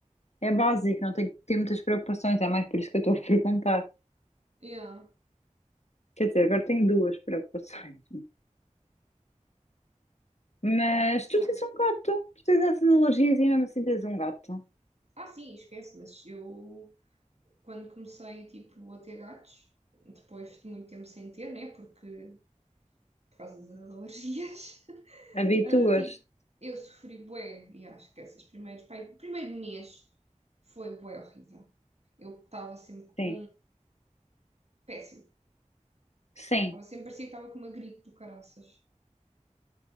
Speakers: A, on the left; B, on the right.
A: é básico, não tenho que ter muitas preocupações, é mais por isso que eu estou a perguntar.
B: Yeah,
A: Quer dizer, agora tenho duas preocupações. Mas
B: olha que são.
A: tu tens um gato, tu tens essas alergias e mesmo assim tens um gato.
B: Ah, sim, esquece, mas eu quando comecei tipo a ter gatos, depois de muito tempo sem ter, né, porque por causa das alergias, <laughs>
A: Habituas?
B: ah, tipo, eu sofri bué, e acho que esses primeiros, pai, o primeiro mês foi bué horrível. Eu estava sempre com
A: Sim.
B: péssimo.
A: Sim.
B: Estava sempre parecia que estava com uma gripe do caraças.